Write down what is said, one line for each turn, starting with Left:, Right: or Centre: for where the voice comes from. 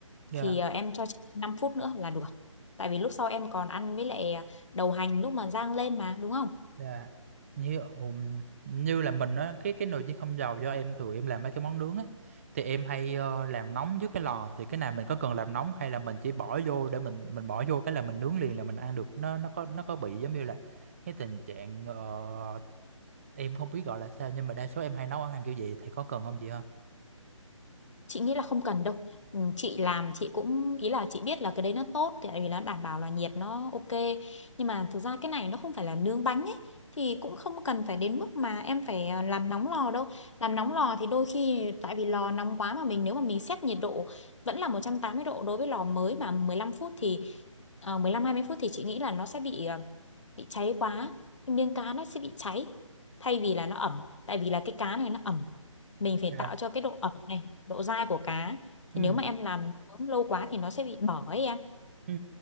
Right: Dạ,
Left: thì ờ, em cho chị 5 phút nữa là được tại vì lúc sau em còn ăn với lại ờ, đầu hành lúc mà rang lên mà đúng không
Right: dạ. Như ừm, như là mình á cái cái nồi chiên không dầu do em thường em làm mấy cái món nướng á thì em hay ờ, làm nóng trước cái lò thì cái này mình có cần làm nóng hay là mình chỉ bỏ vô để mình mình bỏ vô cái là mình nướng liền là mình ăn được nó nó có nó có bị giống như là cái tình trạng ờ, em không biết gọi là sao nhưng mà đa số em hay nấu ăn ăn kiểu vậy thì có cần không chị ha?
Left: chị nghĩ là không cần đâu ừ, chị làm chị cũng ý là chị biết là cái đấy nó tốt thì tại vì nó đảm bảo là nhiệt nó ok nhưng mà thực ra cái này nó không phải là nướng bánh ấy thì cũng không cần phải đến mức mà em phải à, làm nóng lò đâu làm nóng lò thì đôi khi tại vì lò nóng quá mà mình nếu mà mình xét nhiệt độ vẫn là 180 độ đối với lò mới mà mười lăm phút thì uh, mười lăm hai mươi phút thì chị nghĩ là nó sẽ bị à, bị cháy quá cái miếng cá nó sẽ bị cháy thay vì là nó ẩm tại vì là cái cá này nó ẩm mình phải
Right: Dạ.
Left: tạo cho cái độ ẩm này độ dai của cá thì
Right: Ừ,
Left: nếu mà em làm nướng lâu quá thì nó sẽ bị bở ấy em
Right: ừ.